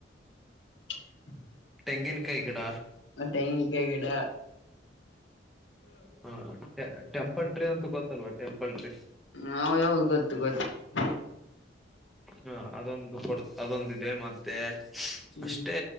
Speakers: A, on the left (about 85°); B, in the centre.
A: ಹ್ಮ <inaudible>
B: ತೆಂಗಿನಕಾಯಿ ಗಿಡ
A: ತೆಂಗಿನಕಾಯಿ ಗಿಡ
B: ಹಾ, ಟೆಂಪಲ್ ಟ್ರೇ ಅಂತೂ ಗೊತ್ತಲ್ವಾ., ಟೆಂಪಲ್ ಟ್ರೇ
A: ಹ್ಮ ಹದ ಹದ ಗೊತ್ತು ಗೊತ್ತು <unintelligible>
B: ಹಾ, ಅದೊಂದು ಕೊಡ್ ಅದೊಂದ ಇದೆ. ಮತ್ತೆ
A: ಹ್ಮ್
B: ಅಷ್ಟೇ